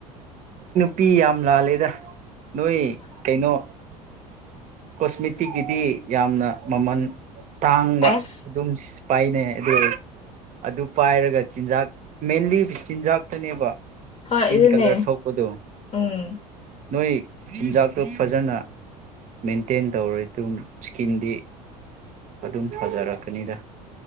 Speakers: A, on the right; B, on the left.
A: ꯄꯤ ꯌꯥꯝ ꯂꯥꯜꯂꯦꯗ ꯅꯣꯏ ꯀꯩꯅꯣ ꯀꯣꯁꯃꯦꯇꯤꯛꯀꯤꯗꯤ ꯌꯥꯝꯅ ꯃꯃꯜ ꯇꯥꯡꯕ
B: ꯑꯁ
A: ꯑꯗꯨꯝ ꯄꯥꯏꯅꯩ ꯑꯗꯨ ꯑꯗꯨ ꯄꯥꯏꯔꯒ ꯆꯤꯟꯖꯥꯛ ꯃꯦꯟꯂꯤ ꯆꯤꯟꯖꯥꯛꯇꯅꯦꯕ
B: ꯍ
A: ꯏꯁꯀꯤꯟ
B: ꯏꯅꯦ
A: ꯀꯂꯔ ꯊꯣꯛꯄꯗꯣ
B: ꯎꯝ
A: ꯅꯣꯏ ꯆꯤꯟꯖꯥꯛꯇꯨ ꯐꯖꯅ ꯃꯦꯟꯇꯦꯟ ꯇꯧꯔ ꯑꯗꯨꯝ ꯏꯁꯀꯤꯟꯗꯤ ꯑꯗꯨꯝ ꯐꯖꯔꯛꯀꯅꯤꯗ